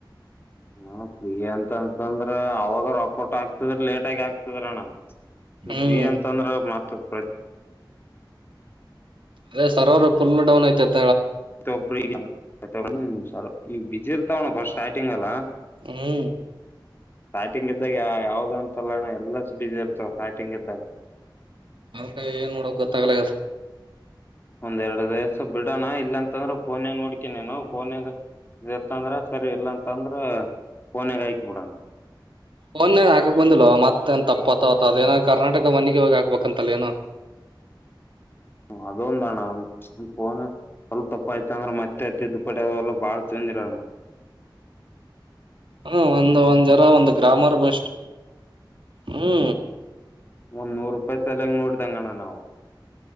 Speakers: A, on the left (about 25°); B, on the right (about 85°).
A: ಹೂ ಪ್ರೀ ಅಂತ ಅಂತಂದ್ರ ಅವಾಗ ರೊಕೋಟ್ ಆಗ್ತದ್ರ ಲೇಟ್ ಆಗ್ತದರೋಣ ಈ
B: ಹ್ಮ್
A: ಪ್ರೀ ಅಂತಂದ್ರ ಮತ್ ಹತ್ತು
B: ಅದೇ ಸರ್ವರ್ ಫಲ್ ಡೌನ್ ಐ್ತತಿ
A: ೊಬ್ಬರು ಈಗ ಹ್ಮ ಸ ಈ ಬ ಬಿಜಿ ಇರ್ತಾವಣ್ಣ ಸ್ಟಾರ್ಟಿಂಗ್ಲ್ಲ.
B: ಹೂ
A: ಫ್ಯಾಟಿಂಗ್ ಇದ್ದಾಗ ಯಾವ್ದ ಅಂತ ತಲ್ಲೋಣ ಎಲ್ಲ ಸ ಬಿದಿ ಇರ್ತವ ಫ್ಯಾಟಿಂಗ್ ಇದ್ದಾಗ.
B: ಅವಕಾಯ ಏನ್ ನೋಡೋಕ್ ಗೊತ್ತಾಗ್ಲ.
A: ಒಂದೆರಡು ವಯಸ್ಸ ಬಿಡೋಣ ಇಲ್ಲಾಂತಂದ್ರ ಫೋನ್ಾಗ ನೋಡ್ಕ ನೀನು ಫೋನ್ಾಗ ಇತ್ತಂದ್ರ ಸರಿ ಇಲ್ಲ ಅಂತಂದ್ರ ಫೋನ್ಾಗ ಆಯಕ ಬಿಡಣ.
B: ಮೊನ್ನೆ ಹಕಕ್ ಬಂದಿಲ್ವ ಮತ್ತ ಏನ್ ತಪ್ಪತತ ಅದೇಏನ ಕರ್ನಾಟಕ ಮನ್ನಿಗೆ ಹೋಗಿ ಹಾಕ್ಬೇಕಂತಲ್ಲ ಏನೋ.
A: ಅದೊಂದ ಅಣ್ಣ ಫೋನ್ ಸ್ವಲ್ಪ ತಪ್ಪ ಆಯ್ತ ಅಂದ್ರೆ ಮತ್ತೆ ತಿದ್ದದುಪಟ್ಟ ಅವೆಲ್ಲ ಬಾಳ್ ತಂದಿರಣ್ಣ.
B: ಹೂ ಒಂದ್ ಒಂದ್ ಜರ ಒಂದ್ ಗ್ರಾಮರ್ ಬಷ್ಟ. ಹೂ
A: ಒಂದ್ ನೂರು ರೂಪಾಯಿ ಸಲಯಾಗ ನೋಡಿದಂಗಣ ನಾವು